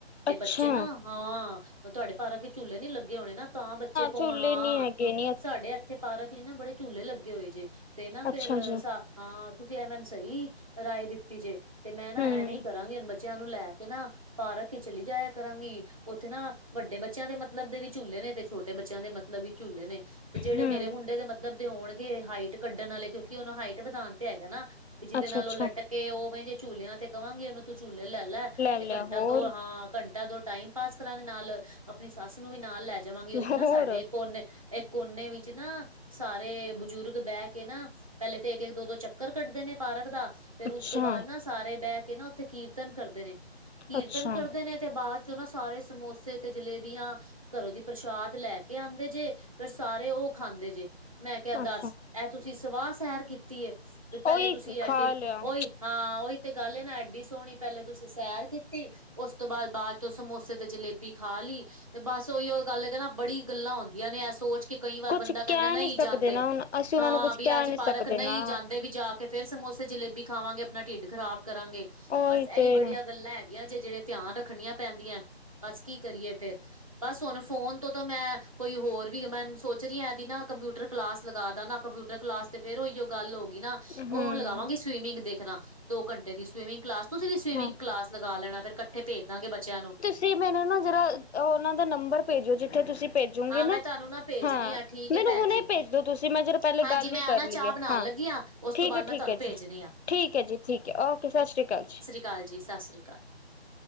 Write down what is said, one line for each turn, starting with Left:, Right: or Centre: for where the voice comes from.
Right: ਤੇ
Left: ਅੱਛਾ
Right: ਬੱਚੇ ਨਾ ਹਾਂ। ਤੁਹਾਡੇ ਪਾਰਾਂ ਕੇ ਚਝੁੇ ਨੀ ਲੱਗੇ। ਹੋਣੇ ਨਾ ਤਾਂ ਬੱਚੇ ਫੋਨ
Left: ਝੂਲੇ
Right: ਹਾਂ।
Left: ਨੀ ਹੈਗੇ ਨੀ
Right: ਸਾਡੇ ਇੱਥੇ ਪਾਰਕ ਜ ਨਾ ਬੜੇ ਝੂਲੇ ਲੱਗੇ ਹੋਏ ਜੇ ਤੇ ਨਾ
Left: ਅੱਛਾ
Right: ਫੇਰ
Left: ਜੀ
Right: ਸਾ ਹਾਂ। ਤੁਸੀਂ ਐ ਮੈਨੂੰ ਸਹੀ, ਰਾਏ ਦਿੱਤੀ ਜੇ ਤੇ ਮੈਂ ਨਾ
Left: ਹੂੰ
Right: ਐਵੇਂ ਹੀ ਕਰਾਂਗੀ। ਬੱਚਿਆਂ ਨੂੰ ਲੈ ਕੇ ਨਾ ਪਾਰਕ ਕੇ ਚਲੀ ਜਾਇਆ ਕਰਾਂਗੀ। ਉੱਥੇ ਨਾ ਵੱਡੇ ਬੱਚਿਆਂ ਦੇ ਮਤਲਬ ਦੇ ਵੀ ਝੂਲੇ ਨੇ ਤੇ ਛੋਟੇ ਬੱਚਿਆਂ ਦੇ ਮਤਲਬ ਮਤਲਬ ਵੀ ਝੂਲੇ ਨੇ। ਤੇ ਜਿਹੜੇ
Left: ਹੂੰ
Right: ਮੇਰੇੰ ਮੁੰਡੇ ਦੇ ਮਤਲਬ ਦੇ ਹੁਉਣਗੇ। ਹਾਈਟ ਕੱਢਣ ਵਾਲੇ ਕਿਉਂਕਿ ਉਹਨੂੰ ਹਾਈਟ ਵਧਾਉਣ ਤੇ ਹੈਗਾ ਨਾ। ਵੀ ਜਿਹਦੇ
Left: ਅੱਛਾ
Right: ਨਾਲ
Left: ਅੱਛਾ
Right: ਉਹ ਲੱਟਕੇ ਉਹ ਜੇ ਝੂਲਿਆਂ ਤੇ ਕਹਵਾਂਗੀ ਉਹਨੂੰ। ਤੂੰ ਚੂਲੇ ਲੈ ਲੈ। ਤੇ
Left: ਲਿਆ
Right: ਘੰਟਾ-
Left: ਹੋਰ
Right: ਦੋਲਾਂ ਘੰਟਾ ਦੋ ਟਾਈਮ ਪਾਸ ਕਰਾਂਗੇ ਨਾਲ ਆਪਣੀ ਸੱਸ ਨੂੰ ਵੀ ਨਾਲ ਲੈ ਜਾਵਾਂਗੇ ਉੱਥੇ
Left: ਹੋਰ
Right: ਨਾ ਸਾਡੇ ਇੱਕ ਉਹਨੇ ਕੋਨੇ ਵਿੱਚ ਨਾ ਸਾਰੇ ਬਜ਼ੁਰਗ ਬਹਿ ਕੇ ਨਾ ਪਹਿਲੇ ਤੇ ਇੱਕ ਇੱਕ ਦੋ ਦੋ ਚੱਕ ਚੱਕਰ ਕੱਢਦੇ ਨੇ ਪਾਰਕ ਦਾ। ਫੇਰ
Left: ਅੱਛਾ
Right: ਉਸ ਤੋਂ ਬਾਅਦ ਨਾ ਸਾਰੇ ਬਹਿ ਕੇ ਨਾ ਉੱਥੇ ਕੀਰਤਨ ਕਰਦੇ ਨੇ। ਕੀਰਤਨ
Left: ਅੱਛਾ
Right: ਕਰਦੇ ਨੇ ਤੇ ਬਾਅਦ ਚ' ਨਾ ਸਾਰੇ ਸਮੋਸੇ ਤੇ ਜਲੇਬੀਆਂ ਘਰੋਂ ਦੀ ਪ੍ਰਸ਼ਾਦ ਲੈ ਕੇ ਆਉਂਦੇ ਜੇ ਫਿਰ ਸਾਰੇ ਉਹ ਖਾਂਦੇ ਜੇ। ਮੈਂ ਕਿਹਾ ਦੱਸ।
Left: ਅੱਛਾ
Right: ਇਹ ਤੁਸੀਂ ਸਵਾਹ ਸੈਰ ਕੀਤੀ ਵੀ। ਪਹਿਲੇ
Left: ਉਹੀ
Right: ਤੁਸੀਂ
Left: ਖਾ
Right: ਐਡੀ
Left: ਲਿਆ
Right: ਓਹੀ ਹਾਂ, ਉਓਹੀ ਤੇ ਗੱਲ ਨਾ ਐਡੀ ਸੋਹਣੀ ਪਹਿਲੇ ਤੁਸੀਂ ਸੈਰ ਕੀਤੀ। ਉਸ ਤੋਂ ਬਾਅਦ ਬਾਅਦ ਚ' ਸਮੋਸੇ ਤੇ ਜਲੇਬੀ ਖਾ ਲਈ। ਤੇ ਬਸ ਉਹੀ ਉਹ ਗੱਲ ਕਹ ਨਾ ਬੜੀ ਗੱਲਾਂ ਹੁੰਦੀ ਨੇ ਇਹ ਸੋਚ ਕੇ ਕਈ ਵਾਰ
Left: ਕੁਛ
Right: ਬੰਦਾ ਕਹਿੰਦਾ
Left: ਕਹਿ
Right: ਨਹੀਂ
Left: ਨੀ ਸਕਦੇ
Right: ਜਾਂਦੇ।
Left: ਨਾ ਹੁਣ ਅਸੀਂ ਉਹਨਾਂ
Right: ਹਾਂ
Left: ਨੂੰ ਕੁਛ
Right: ਵੀ
Left: ਕਹਿ
Right: ਅੱਜ
Left: ਨੀ
Right: ਪਾਰਕ
Left: ਸਕਦੇ
Right: ਨਹੀਂ
Left: ਨਾ
Right: ਜਾਂਦੇ। ਤੇ ਵੀ ਜਾ ਕੇ ਫੇਿਰ ਸਮੋਸੇ ਜਲੇਬੀ ਖਾਵਾਂਗੇ ਆਪਣਾ ਢਿੱਡ ਖ਼ਰਾਬ ਕਰਾਂਗੇ
Left: ਉਹੀ
Right: ਬਸ
Left: ਤੇ
Right: ਇਹੀ ਬੜੀਆ ਗੱਲਾਂ ਹੈ ਜੇ ਜਿਹੜੇ ਧਿਆਨ ਰੱਖਣੀਆਂ ਪੈਂਦੀਆਂ ਬਸ ਕੀ ਕਰੀਏ ਫੇਰ ਬਸ ਹੁਣ ਫੋਨ ਤੋਂ ਤਾਂ ਮੈਂ ਕੋਈ ਹੋਰ ਵੀ ਮੈਂ ਸੋਚ ਰਹੀ ਐਦੀ ਨਾ ਕੰਪਿਊਟਰ ਕਲਾਸ ਲਗਾ ਦ ਨਾ ਕੰਪਿਊਟਰ ਕਲਾਸ ਤੇ ਫੇਰ ਉਹੀਓ ਗੱਲ ਹੋ ਨਾ
Left: ਹਮ
Right: ਉਹ ਲਗਾਵਾਂਗੇ ਸਵੀਮਿੰਗ ਦੇਖਣਾ ਦੋ ਘੰਟੇ ਦੀ ਸਵੀਮਿੰਗ ਕਲਾਸ ਤੁਸੀਂ ਵੀ ਸਵੀਮਿੰਗ
Left: ਹਾਂ
Right: ਕਲਾਸ ਲਗਾ ਲੈਣਾ ਫਿਰ ਇਕੱਠੇ ਭੇਜ ਦਾਂਗੇ ਬੱਚਿਆਂ ਨੂੰ
Left: ਸੀ ਮੈਨੂੰ ਨਾ ਜਿਹੜਾ ਉਹਨਾਂ ਦਾ ਨੰਬਰ ਭੇਜਿਓ ਜਿੱਥੇ ਤੁਸੀਂ ਭੇਜੂਗੀ
Right: ਹਾਂ
Left: ਨਾ
Right: ਮੈਂ ਤੁਹਾਨੂੰ ਭੇਜਣੀ
Left: ਹਾਂ
Right: ਆ ਠੀਕ
Left: ਮੈਨੂੰ
Right: ਹੈ ਭੈਣ
Left: ਹੁਣੇ
Right: ਜੀ
Left: ਭੇਜ ਦੋ ਤੁਸੀਂ ਮੈਂ ਜਰ ਪਹਿਲੇ
Right: ਹਾਂਜੀ
Left: ਗੱਲ
Right: ਮੈਂ
Left: ਹੀ ਕਰ
Right: ਉਹ ਨਾ
Left: ਲਈ
Right: ਚਾਹ
Left: ਹੈ
Right: ਬਣਾਉਣ
Left: ਹਾਂ
Right: ਲੱਗੀ ਉਸ
Left: ਠੀਕ
Right: ਤੋਂ ਬਾਅਦ
Left: ਹੈ
Right: ਮੈਂ
Left: ਠੀਕ
Right: ਤੁਹਾਨੂੰ
Left: ਹੈ
Right: ਭੇਜਣੀ
Left: ਜੀ
Right: ਆ
Left: ਠੀਕ ਹੈ ਜੀ ਠੀਕ ਹੈ ਓਕੇ ਸਤਿ ਸ਼੍ਰੀ ਅਕਾਲ ਜੀ
Right: ਕਾਲ ਜੀ ਸਤਿ ਸ਼੍ਰੀ ਅਕਾਲ